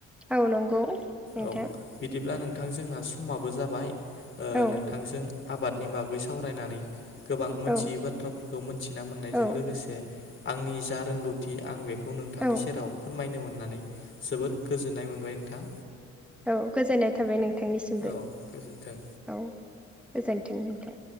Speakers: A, in the centre; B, on the left.
A: औ नंगौ नोंथां
B: औ बिदिब्ला नों नोंथां जोंना समाबो जाबाय ओ
A: औ
B: नोंथांजों आबादनि बागै सावरायनानै गोबां मोनथियै
A: औ
B: बाथ्राफोरखौ मोनथिना मोननायजों
A: औ
B: लोगोसे आंनि जा रोंगौथि आं बेखौ नोंथांनि
A: औ
B: सेराव फोरमायनो मोननानै जोबोर गोजोननाय मोनबाय नोंथां।
A: औ गोजोननाय थाबाय नोंथांनिसिमबो
B: औ गोजोन्थों।
A: औ गोजोन थों नोंथां